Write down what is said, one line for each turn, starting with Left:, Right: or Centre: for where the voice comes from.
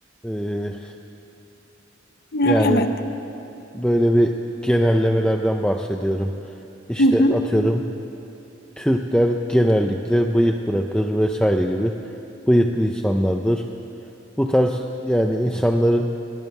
Centre: e,
Left: E,
Centre: yani
Left: Evet.
Centre: böyle bir genellemelerden bahsediyorum. İşte
Left: Hı hı.
Centre: atıyorum Türkler genellikle bıyık bırakır vesaire gibi bıyıklı insanlardır. Bu tarz yani insanların